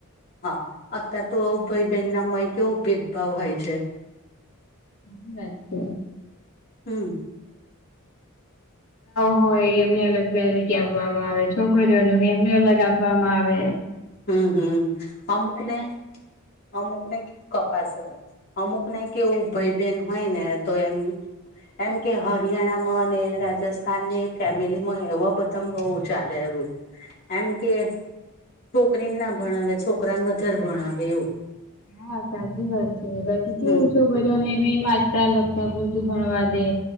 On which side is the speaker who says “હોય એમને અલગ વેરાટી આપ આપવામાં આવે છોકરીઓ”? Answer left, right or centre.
Left